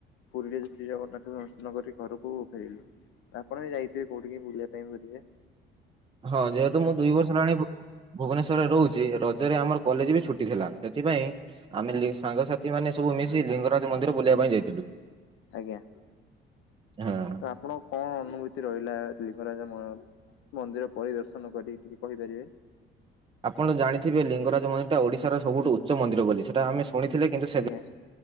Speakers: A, on the left; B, on the right.
A: ପୁରୀରେ ଶ୍ରୀ ଜଗନ୍ନାଥଙ୍କୁ ଦର୍ଶନ କରି ଘରକୁ ଫେରିଲୁ। ଆପଣ ବି ଯାଇଥିବେ କୋଉଠି ବୁଲିବା ପାଇଁ ବୁଲିବେ?
B: ହଁ ଯେହେତୁ ମୁଁ ଦୁଇ ବର୍ଷ ହେଲାଣି ଭୁବନେଶ୍ଵରରେ ରହୁଛି ରଜରେ ଆମର କଲେଜ ବି ଛୁଟି ଥିଲା। ସେଥିପାଇଁ ଆମେ ଲି ସାଙ୍ଗସାଥିମାନେ ସବୁ ମିଶି ଲିଙ୍ଗରାଜ ମନ୍ଦିର ବୁଲିବା ପାଇଁ ଯାଇଥିଲୁ।
A: ଆଜ୍ଞା
B: ହାଁ।
A: ତ ଆପଣ କଣ ଅନୁଭୂତି ରହିଲା ଲିଙ୍ଗରାଜ ମ ମନ୍ଦିର ପରିଦର୍ଶନ କରି ଟିକେ କହିପାରିବେ?
B: ଆପଣ ଜାଣିଥିବେ ଲିଙ୍ଗରାଜ ମନ୍ଦିରଟା ଓଡିଶାର ସବୁ ଉଚ୍ଚ ମନ୍ଦିର ବୋଲି ସେଟା ଆମେ ଶୁଣିଥିଲେ କିନ୍ତୁ ସେଦିନ୍
A: ଆଜ୍ଞା